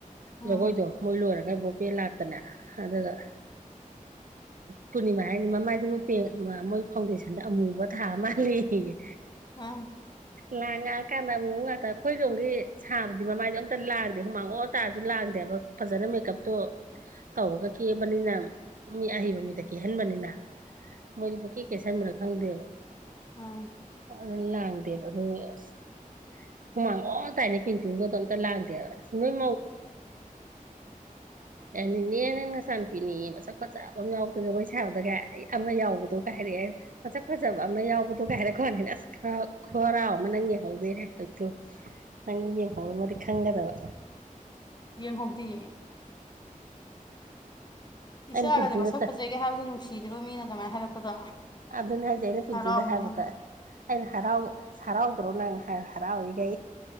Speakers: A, on the left; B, on the right.
A: ꯎꯝ
B: ꯖꯒꯣꯏꯗꯣ ꯃꯣꯏ ꯂꯣꯏꯔꯒ ꯕꯣꯄꯦ ꯂꯥꯛꯇꯅ ꯑꯗꯨꯒ ꯄꯨꯔꯅꯤꯃꯥ ꯍꯥꯏꯅꯤ ꯃꯃꯥꯏꯗꯨꯕꯨ ꯃꯣꯏ ꯐꯥꯎꯟꯗꯦꯁꯟꯗ ꯑꯃꯨꯕ ꯊꯥ ꯑꯃ ꯂꯩꯌꯦ
A: ꯎꯝ
B: ꯂꯥꯡꯉꯥ ꯀꯥꯟꯗ ꯃꯉꯇ ꯑꯩꯈꯣꯏꯗꯣꯝꯒꯤ ꯁꯥꯕꯗꯤ ꯃꯃꯥꯏꯗꯣ ꯑꯝꯇ ꯂꯥꯡꯗꯦ ꯍꯨꯃꯥꯡ ꯑꯣ ꯇꯥꯔꯁꯨ ꯂꯥꯡꯗꯦꯕ ꯐꯖꯅ ꯃꯦꯀꯞꯇꯣ ꯇꯧꯔꯒ ꯀꯦꯕꯅꯤꯅ ꯃꯤ ꯑꯍꯩꯕ ꯃꯤꯗ ꯀꯦꯍꯟꯕꯅꯤꯅ ꯃꯣꯏꯗꯤ ꯄꯨ ꯀꯦ ꯀꯩ ꯁꯟꯝꯕ꯭ꯔꯥ ꯈꯪꯗꯦꯕ
A: ꯑꯥ
B: ꯑꯗꯨꯅ ꯂꯥꯡꯗꯦꯕ ꯑꯗꯨ ꯑꯁ ꯍꯨꯃꯥꯡ ꯑꯣꯔ ꯇꯥꯏꯅꯦ ꯄꯤꯟꯇꯨꯒꯗꯣ ꯑꯝꯇ ꯂꯥꯡꯗꯦꯕ ꯑꯁ ꯅꯣꯏ ꯑꯦꯅꯦꯅꯦ ꯅꯪ ꯅꯆꯥꯅꯨꯄꯤꯅꯦ ꯃꯁꯛ ꯐꯖꯕ ꯑꯃ ꯌꯥꯎꯗ꯭ꯔ ꯖꯒꯣꯏ ꯁꯥꯕꯗꯒ ꯑꯩ ꯑꯃ ꯌꯥꯎꯕꯗꯣ ꯀꯩ ꯍꯥꯏ ꯗꯤ ꯑꯩ ꯐꯁꯛ ꯐꯖꯕ ꯑꯃ ꯌꯥꯎꯕꯗꯣ ꯀꯥꯏꯔꯦꯀꯣꯅꯦ ꯑꯁ ꯈꯔꯥꯎ ꯑꯃ ꯅꯪ ꯌꯦꯡꯍꯧꯗꯣꯏꯅꯦ ꯑꯗꯨ ꯅꯪ ꯌꯦꯡꯍꯧꯔꯝꯃꯗꯤ ꯈꯪꯒꯗꯕ
A: ꯌꯦ ꯍꯛꯗꯤꯑ
B: ꯑꯩꯅ
A: ꯏꯆꯥꯒꯁꯦ
B: ꯄꯤꯟꯇꯨꯗ
A: ꯃꯁꯛ ꯐꯖꯒꯦ ꯍꯥꯏꯕꯗꯨꯣ ꯅꯨꯡꯁꯤꯗ꯭ꯔꯣ ꯃꯤꯅ ꯑꯗꯨꯃꯥꯏꯅ ꯍꯥꯏꯔꯛꯄꯗꯣ
B: ꯑꯗꯨꯅꯤ ꯍꯥꯏꯁꯦ ꯑꯩꯅ ꯄꯤꯟꯇꯨꯗ
A: ꯍꯔꯥꯎꯕꯅꯦ
B: ꯍꯥꯏꯕꯀ
A: ꯌꯥꯝ
B: ꯑꯩꯅ ꯍꯔꯥꯎ ꯍꯔꯥꯎ ꯄ꯭ꯔꯣ ꯅꯪ ꯍꯥꯏ ꯍꯔ ꯑꯣꯏꯒ